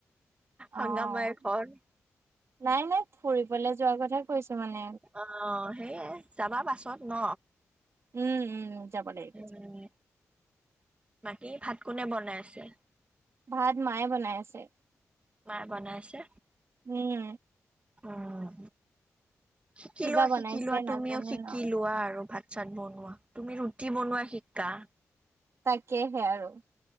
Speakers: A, on the right; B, on the right.
A: অ'।
B: হগামাই ঘৰ। <unintelligible>
A: নাই নাই ফুৰিবলৈ যোৱা কথা কৈছো। মানে,
B: অ সেইয়েই যাবা পাছত ন।
A: উম উম যাব লাগি
B: উম বাকী ভাত কোনে বনাই আছে।
A: ভাত মায়ে বনাই আছে।
B: মায়ে বনাইছে
A: উম
B: আহ। শিকিলোৱা
A: কিবা বনাইছে
B: শিকি লোৱা
A: নাজানে
B: তুমিও শিকি
A: ন
B: লোৱা আৰু ভাত। চাত বনোৱা তুমি ৰুটি বনোৱা শিকা।
A: তাকেহে আৰু।